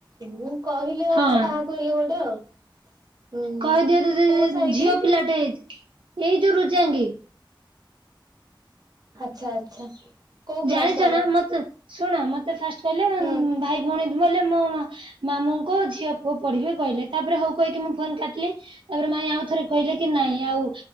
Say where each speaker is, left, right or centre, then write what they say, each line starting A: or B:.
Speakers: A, on the right (about 50°); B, on the right (about 85°).
A: ମୁଁ କହିଲେ ହବ
B: ହଁ
A: କାହାକୁ ହେଲେ ଗୋଟେ ଆଉ। ହୁଁ
B: କହିଦିଅ ତ ଯେ
A: କୋଉ ସାର
B: ଝିଅ
A: କି?
B: ପିଲାଟେ ହେଇ ଏଇ ଯୋଉ ରୁଜାଙ୍ଗୀ।
A: ଆଚ୍ଛା ଆଚ୍ଛା। କୋଉ କ୍ଲାସ
B: ଜାଣିଛ
A: ତାର?
B: ନା ମତେ ଶୁଣ ମତେ ଫାଷ୍ଟ କହିଲେ
A: ହୁଁ।
B: ଭାଇ ଭଉଣୀ ମଲେ ମୋ-ଓ ମାମୁଁଙ୍କ ଝିଅ ପୁଅ ପଢିବେ କହିଲେ ତାପରେ ହଉ କହିକି ମୁଁ ଫୋନ କାଟିଲି। ତାପରେ ମାଇ ଆଉ ଥରେ କହିଲେ କି ନାଇଁ ଆଉ